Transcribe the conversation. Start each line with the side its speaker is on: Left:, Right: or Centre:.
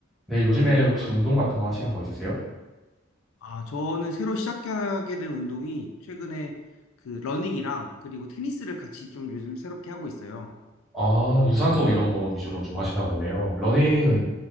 Centre: 네, 요즘에 혹시 운동 같은 거 하시는 거 있으세요?
Left: 아, 저는 새로 시작하게 된 운동이 최근에 그 러닝이랑 그리고 테니스를 같이 좀 요즘 새롭게 하고 있어요.
Centre: 아, 유산소 이런 거 위주로 좀 하시나 보네요. 러닝은